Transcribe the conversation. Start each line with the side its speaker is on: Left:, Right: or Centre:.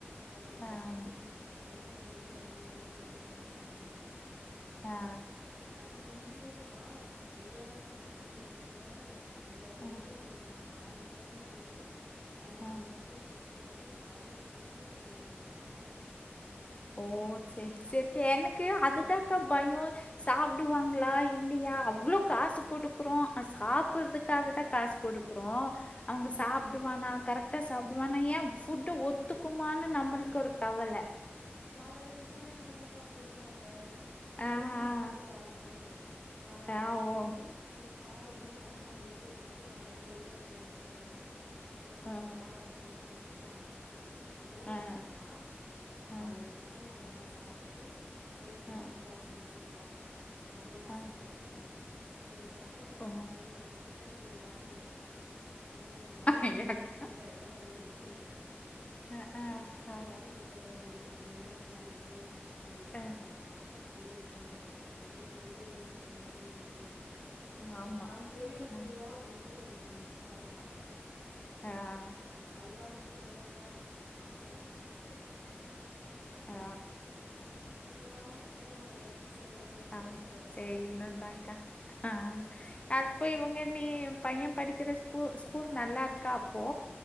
Right: அதுங்கள
Left: ஆம்
Right: அப்பதா என் என்னென்ன சொல்லித்தரணும் என்னென்ன இது பண்ணனும் பண்ண முடியும்
Left: ஆ
Right: சரி நீ இப்டி சொல்றப்பா ஒரு வேள சாப்பாட்டுக்கு நீ இப்டி சொல்ற எங்க
Left: அ
Right: ஓரகத்தி இருக்காங்க அவங்க பொண்ணு வந்து அவங்க
Left: ஆ
Right: அவங்க படிக்க வெக்கிற ஸ்கூல்ல வந்து காலைல டிஃபனே அங்க தா தெரியுமா
Left: ஓ சேரி சேரி எனக்கு அதுதாக்கா பயோ சாப்டுவாங்களா இல்லையா அவ்ளோ காசு குடுக்குறோ சாப்பறதுக்காக தா காஸ் குடுக்குறோ அங்க சாப்டுவானா கரெக்டா சாப்டுவானா ஏன் ஃபுட்டு ஒத்துக்குமானு நம்மளுக்கு ஒரு கவல
Right: காலைல டிஃபனே அங்கதாம்ப்பா குடுக்குறாங்க அங்க
Left: ஆஹ்
Right: போய் தா சாப்பிட்றா அந்த பொண்ணு காலைல
Left: ஆஹ்
Right: ப்ரஷ்
Left: ஓ
Right: பண்ணி ஒரு பால் என்னவோ டம்ளர்ல ஊத்தி குடுத்தர்றாங்க ஏன்னா வெரு வயத்துல அனுப்ப கூடாதுன்னு ஒரு டம்ளர்
Left: ஆஹ்
Right: பால் என்னமோ குடுத்து அனுச்சர்றாங்க போனாங்கன்னா
Left: ஆஹ்
Right: காலைல
Left: ஆஹ்
Right: டிஃபன் அங்கதா சாப்ட்டுட்டு ப்ரே பண்ணிட்டு
Left: ஆஹ்
Right: கிளாஸ்க்கு அனுப்சூட்றாங்களா மத்யான
Left: ஆஹ்
Right: சாப்பாடு அங்கதானா உங்களுக்கு சாப்பாடு கட்டுற
Left: ஓ
Right: வேலையே மிச்சோம் கே கேக்கும்போது எவ்ளோ ஆசையா இருக்கு தெரியுமா இந்த மாரி நம்மளுக்கும்
Left: ஐயா, அக்கா.
Right: வீட்ல எவ்ள வேல மிச்சோ இல்ல
Left: ஆஹ் ஆஹ்
Right: வீட்ல
Left: ஆஹ்
Right: வேல மி ச்ச இல்ல நம்மளு தனியா தனியா உக்காந்துக்கிட்டு இவன் இது சாப்பிட
Left: ஆஹ்
Right: மாட்டா இவனுக்கு தனியா கட்டிக்கிட்டு வீட்ல பெரியவங்களுக்கு தனியா செஞ்சுகிட்டு ஆ
Left: ஆஹ் ஆமா
Right: நம்ம பெரியவங்க செஞ்சத
Left: ஆஹ்
Right: கண்டிப்பா இவங்க திங்கமா சாப்பிட மாட்டாங்க
Left: ஆஹ்
Right: அப்படி பாக்கறப்போ எவ்வளோ இதா இருக்கும் ஆசையா இருக்குல்ல கேக்கும் போதே
Left: ஆ
Right: இருந்தாலும் என்ன பண்றது செய்யறப்போ
Left: ஆ
Right: பத்தோட பதனொன்னா
Left: சரி
Right: செஞ்சிட்லா
Left: இன்னொந்தாக்கா. ஆ
Right: ம்
Left: அப்போ இவங்க நீ பையே படிக்கிற ஸ்கூ ஸ்கூல் நல்லா இருக்கா அப்போ